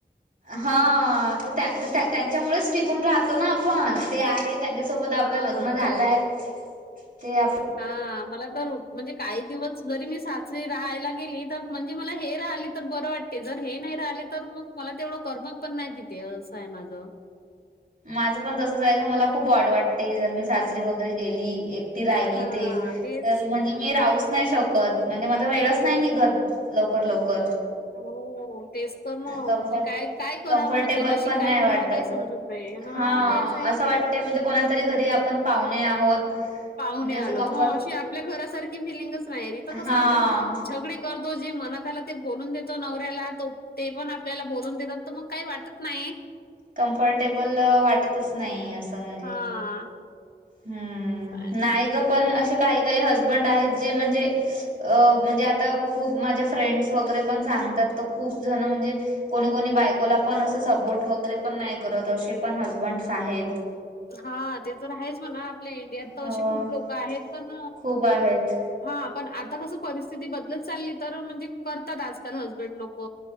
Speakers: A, on the right; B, on the left.
A: हा त्या तर त्या तर त्यांच्यामुळेच टिकून राहतो ना आपण ते आहेत. त्यांच्यासोबात
B: हां,
A: आपल लग्न झालंय ते आपण.
B: हा मला तर म्हणजे काही दिवस जरी मी साचरी राहायला गेली तर म्हणजे मला हे राहिलेत. तर बरं वाटते जर हे नाही राहिले तर मग मला तेवढं करमत पण नाही तिथे असं आहे माझं.
A: माझं पण तस जाय का मला खूप ऑड वाटते जर मी सासरी वगैरे गेली एक. ते राहिली
B: हां,
A: ते
B: तेच.
A: तर म्हणे. मी राहूच नाही शकत म्हणजे माझा वेळच नाही निघत लवकर लवकर.
B: हो, तेच तर ना
A: कमफ
B: म्हणजे काय काय करावं
A: कम्फर्टेबल
B: ना कोणाशी
A: पण
B: काय
A: नाही
B: बोलावं
A: वाटत.
B: काही समजत नाही. हां,
A: हा
B: तेच आहे.
A: असं वाटते म्हणजे कोणातरी घरी आपण पाहुणे आहोत.
B: पाहणे
A: म्हणजे
B: आलोत
A: असं कम्फर्ट
B: हं अशी आपल्या घरासारखी फिलिंगच नाही तिथं कसं
A: हा
B: आपण झगडे. करतो जे मनात आला ते बोलून देतो नवऱ्याला तो. ते पण आपल्याला बोलून देतात तर मग काही वाटत नाही.
A: कम्फर्टेबल वाटतच नाही असं म्हणजे.
B: हां,
A: हम्म
B: असं आहे.
A: नाय ग पण असे काही काही हजबंड आहेत जे म्हणजे. अ म्हणजे आता खूप माझ्या फ्रेंड्स वगैरे पण सांगतात तर खूप जण म्हणजे. कोणी कोणी बायकोला पण असं सपोर्ट वगैरे पण नाही करत असे पण हसबंड्स आहेत.
B: हा ते तर आहेच म्हणा आपल्या इंडियात तर
A: हो
B: असे खूप लोक आहेत पण
A: खूप आहेत
B: हा पण आता कसं परिस्थिती बदलत चालली तर म्हणजे करतात आजकाल हजबेंड लोक.